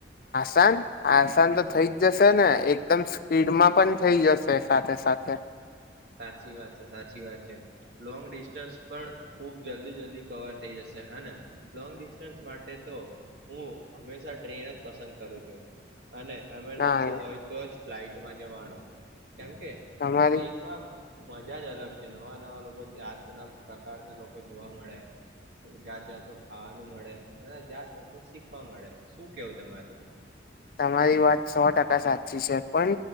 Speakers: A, on the left; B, on the right.
A: આસાન આસાન તો થઈ જ જશે ને એક. એકદમ સ્પીડમાં પણ. થઇ જશે સાથે સાથે.
B: સાચી વાત છે સાચી વાત છે લોંગ ડિસ્ટન્સ પણ ખૂબ જલ્દી જલ્દી કવર થઈ જશે અને લોંગ ડિસ્ટન્સ માટે તો હું હંમેશા ટ્રેન જ પસંદ કરું છું. અને એમરજન્સી
A: ના
B: હોય તો જ. ફ્લાઇટ માજ માણું. કેમ કે
A: તમારી
B: ટ્રેનમાં. મજા જ અલગ છે. નવા નવા લોકો જાતના પ્રકારના લોકો જોવા મળે જાત જાતનું ખાવાનું મળે. અને જાત જાતનું શીખવા મળે શું કેવું તમારું..
A: તમારી વાત સો ટકા સાચી છે. પણ